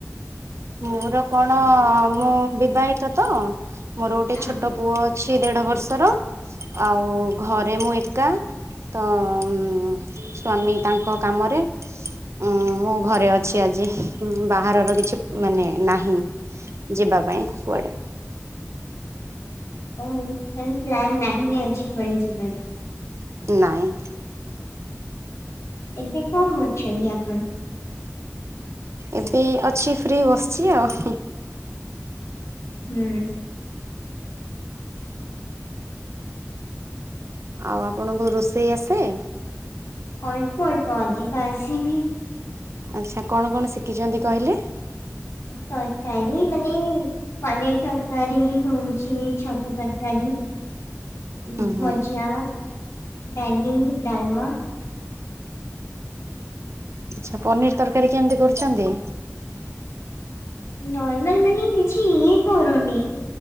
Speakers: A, on the right; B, on the left.
A: ମୋର କଣ ମୁଁ ବିବାହିତ ତ ମୋର ଗୋଟେ
B: ହଁ
A: ଛୋଟ ପୁଅ ଅଛି ଦେଢ ବର୍ଷର, ଆଉ ଘରେ ମୁଁ ଏକା। ତ ଉଁ ସ୍ଵାମୀ ତାଙ୍କ କାମରେ। ଉଁ ମୁଁ ଘରେ ଅଛି ଆଜି, ବାହାରର କିଛି ମାନେ ନାହିଁ ଯିବା ପାଇଁ କୁଆଡେ।
B: ଓଃ ତାହେଲେ ପ୍ଲାନ ନାହିଁ ଆଜି କୁଆଡେ ଯିବାର।
A: ନାଇଁ।
B: ଏବେ କଣ କରୁଛନ୍ତି ଆପଣ?
A: ଏବେ ଅଛି ଫ୍ରି ବସିଚି ଆଉ ହୁଁ।
B: ହୁଁ।
A: ଆଉ ଆପଣଙ୍କୁ ରୋଷେଇ ଆସେ?
B: ଅଳ୍ପ ଅଳ୍ପ ଅଧିକ ଆସିନି।
A: ଆଚ୍ଛା କଣ କଣ ଶିଖିଚନ୍ତି କହିଲେ?
B: ତରକାରୀ ମାନେ ପନିର ତରକାରୀ ହଉଚି ଛତୁ ତରକାରୀ। ଉଁ
A: ହୁଁ ହୁଁ
B: ଭଜା ଡାଲି ଡାଲମା।
A: ଆଛା ପନିର ତରକାରୀ କେମତି କରୁଛନ୍ତି?
B: ନର୍ମାଲ ମାନେ କିଛି ଇ କରୁନି